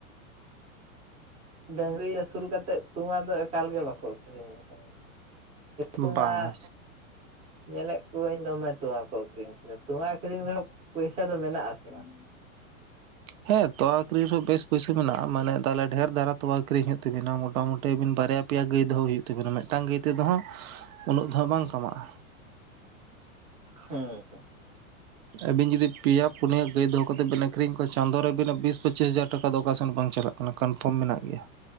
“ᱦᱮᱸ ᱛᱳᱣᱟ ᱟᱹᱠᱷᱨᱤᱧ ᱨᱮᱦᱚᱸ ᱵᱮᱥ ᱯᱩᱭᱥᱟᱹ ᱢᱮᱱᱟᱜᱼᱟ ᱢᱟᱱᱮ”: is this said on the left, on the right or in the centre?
Right